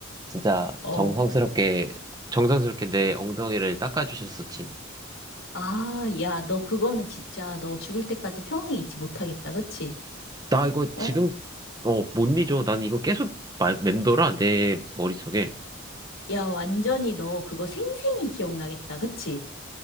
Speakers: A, on the right; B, on the left.
A: 진짜
B: 어.
A: 정성스럽게, 정성스럽게 내 엉덩이를 닦아주셨었지.
B: 아, 야, 너 그거는 진짜 너 죽을 때까지 평생 잊지 못하겠다. 그치?
A: 나 이거
B: 어?
A: 지금, 어, 못 잊어. 난 이거 계속 마- 맴돌아, 내 머릿속에.
B: 야, 완전히 너 그거 생생히 기억나겠다. 그치?